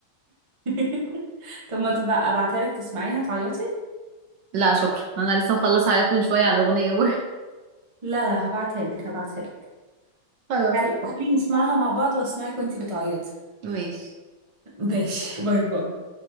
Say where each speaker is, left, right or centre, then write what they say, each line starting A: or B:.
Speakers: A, on the right; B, on the right.
A: <laughs> طب ما تبقى ابعتها لك تسمعيها تعيطي
B: لا شكرا انا لسه مخلص حاجات من شويه على اغنيه <laughs> برضه
A: لا لا هبعتها لك هبعتها لك
B: خلاص
A: تعالي تعالي نسمعها مع بعض واسمعك وانتي بتعيطي
B: ماشي
A: <laughs> ماشي باي باي